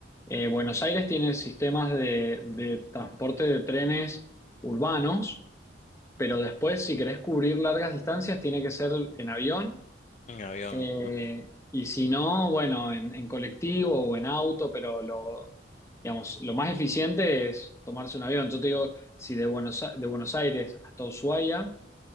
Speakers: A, on the left; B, on the left.
A: Eh, Buenos Aires tiene sistemas de, de transporte de trenes urbanos, pero después, si querés cubrir largas distancias, tiene que ser en avión.
B: en avión.
A: eh,
B: o-
A: y si no, bueno, en, en colectivo o en auto, pero lo, digamos, lo más eficiente es tomarse un avión. Yo te digo, si de Buenos, A- de Buenos Aires hasta Ushuaia